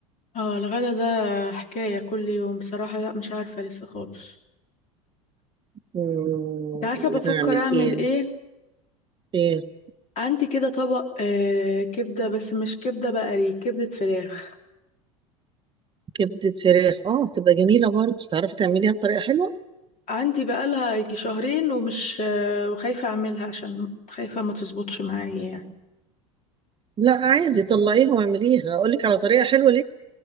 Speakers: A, on the left; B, on the right.
A: اه الغدا ده حكاية كل يوم بصراحة لا مش عارفة لسه خالص
B: مم،
A: انت عارفة بفكر
B: نعمل
A: اعمل
B: ايه
A: ايه
B: ايه
A: عندي كده طبق آه كبدة بس مش كبدة بقري كبدة فراخ
B: كبدة فراخ اه تبقى جميلة برضو تعرفي تعمليها بطريقة حلوة
A: عندي بقالها يجي شهرين ومش آه وخايفة اعملها عشان خايفة ما تظبطش معايا يعني
B: لا عادي طلعيها واعمليها اقول لك على طريقه حلوه